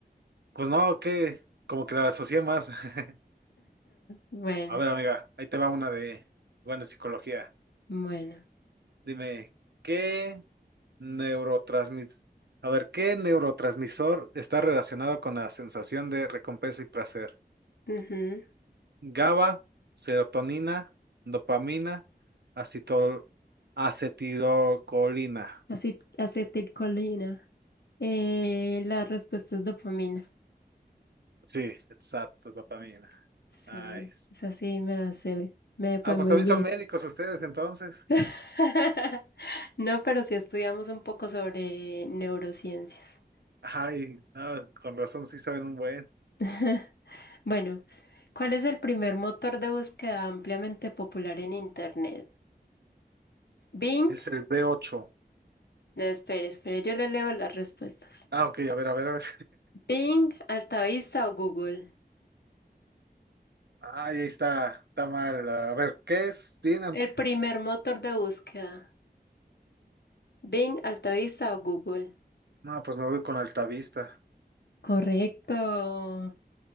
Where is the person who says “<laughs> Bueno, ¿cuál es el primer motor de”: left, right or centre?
Left